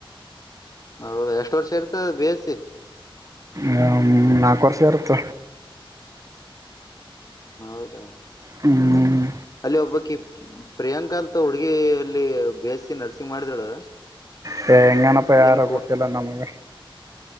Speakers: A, on the left; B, on the right.
A: ಹೌದ ಎಷ್ಟು ವರ್ಷ ಇರ್ತ ಅ ಬೇಯಸಿ
B: ಹ ನಾಲ್ಕು ವರ್ಷ ಇರುತ್ತ
A: ಹೌದಾ
B: ಹ್ಮ್
A: ಅಲ್ಲಿ ಒಬ್ಬ ಕಿ ಪ್ರಿಯಾಂಕಾ ಅಂತ ಹುಡುಗಿ ಅಲ್ಲಿ ಬಿ ಎಸ್ ಸಿ ನರ್ಸಿಂಗ್ ಮಾಡಿದಳು
B: ಹ ಎಂಗನಪ್ಪ ಯಾರ
A: ಏನ್
B: ಗತ್ತಲ್ಲ ನಮಗೆ